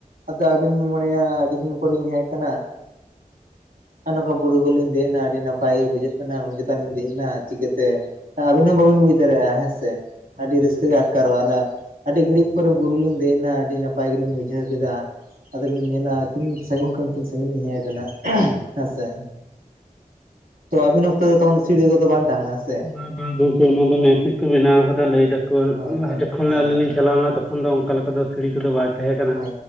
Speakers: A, on the right; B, in the centre.
A: ᱟᱫᱚ ᱟᱹᱵᱤᱱ ᱵᱤᱱ ᱢᱚᱱᱮᱭᱟ ᱟᱹᱰᱤ ᱫᱤᱱ ᱠᱷᱚᱤᱧ ᱦᱮᱡ ᱟᱠᱟᱱᱟ, ᱟᱨ ᱱᱚᱝᱠᱟ ᱵᱩᱨᱩ ᱠᱚᱞᱤᱧ ᱫᱮᱡ ᱮᱱᱟ ᱟᱹᱰᱤ ᱱᱟᱯ ᱱᱟᱯᱟᱭ ᱜᱮ ᱵᱩᱡᱷᱟᱹᱜ ᱠᱟᱱᱟ ᱩᱱᱟ. ᱪᱮᱛᱟᱱ ᱤᱧ ᱫᱮᱡ ᱮᱱᱟ ᱪᱤᱠᱟᱹᱛᱮ ᱟᱹᱵᱤᱱ ᱦᱚᱸ ᱵᱟᱹᱵᱤᱱ ᱵᱩᱡᱽ ᱫᱟᱲᱮᱭᱟᱜᱼᱟ ᱦᱮᱸ ᱥᱮ ᱟᱹᱰᱤ
B: ᱦᱩᱸ,
A: ᱨᱟᱹᱥᱠᱟᱹ
B: ᱦᱩᱸ,
A: ᱜᱮ
B: ᱦᱩᱸ,
A: ᱟᱨ ᱨᱚᱼᱟ ᱫᱚ, ᱟᱹᱰᱤ ᱜᱷᱟᱹᱲᱤᱡ ᱯᱚᱨᱮ ᱵᱩᱨᱩ ᱞᱤᱧ ᱫᱮᱡ ᱮᱱᱟ ᱟᱹᱰᱤ ᱱᱟᱯᱟᱭ ᱜᱮᱞᱤᱧ ᱵᱩᱡᱷᱟᱹᱣ ᱠᱮᱫᱟ ᱟᱫᱚ ᱵᱤᱱ ᱧᱮᱞᱟ ᱛᱤᱱ ᱥᱟᱺᱜᱤᱧ ᱠᱷᱚᱱ ᱛᱤᱱ ᱥᱟᱺᱜᱤᱧ ᱞᱤᱧ ᱦᱮᱡ ᱟᱠᱟᱱᱟ ᱦᱮᱸ ᱥᱮ᱾
B: ᱟᱪᱷᱟ᱾
A: ᱛᱚ ᱟᱵᱤᱱ ᱚᱠᱛᱚ ᱫᱚ ᱛᱚᱠᱷᱚᱱ ᱥᱤᱲᱤ ᱠᱚ ᱫᱚ ᱵᱟᱝ ᱛᱟᱦᱮᱸ ᱠᱟᱱᱟ ᱥᱮ
B: ᱵᱟᱝ-ᱵᱟᱝ ᱜᱚᱝᱠᱮ ᱚᱱᱟ ᱫᱚ ᱱᱮᱥ ᱜᱮ ᱠᱚ ᱵᱮᱱᱟᱣ ᱟᱠᱟᱫᱟ ᱞᱟᱹᱭ ᱮᱫᱟᱠᱚ
A: ᱦᱳᱭ
B: ᱞᱟᱦᱟ
A: ᱦᱳᱭ
B: ᱡᱚᱠᱷᱚᱱ
A: ᱦᱮᱸ
B: ᱟᱞᱤᱧ ᱪᱟᱞᱟᱣ ᱞᱮᱱᱟ ᱛᱚᱠᱷᱚᱱ ᱫᱚ ᱚᱱᱠᱟ ᱞᱮᱠᱟ ᱫᱚ ᱥᱤᱲᱤ ᱠᱚᱫᱚ ᱵᱟᱭ ᱛᱟᱦᱮᱸ ᱠᱟᱱᱟ᱾
A: ᱦᱳᱭ